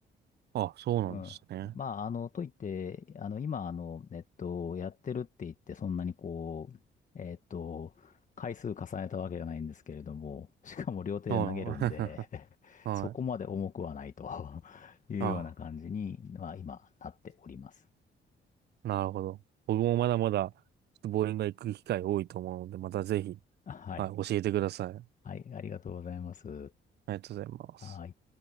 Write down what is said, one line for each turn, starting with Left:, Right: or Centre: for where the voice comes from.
Right: あ、そうなんですね。
Left: うん。まあ、あの、といって、あの、今、あの、えっと、やってるって言って、そんなにこう、えっと、回数重ねたわけじゃないんですけれども、しかも両手で投げるんで、
Right: は
Left: <laughs>
Right: い <laughs> はい。
Left: そこまで重くはないと <laughs> いうような感じに、
Right: あ、
Left: まあ、今、なっております。
Right: なるほど。僕もまだまだ、ちょっとボーリングが行く機会多いと思うので、またぜひ、
Left: はい。
Right: はい、教えてください。あ
Left: はい、ありがとうございます。
Right: りがとうございます。
Left: はい。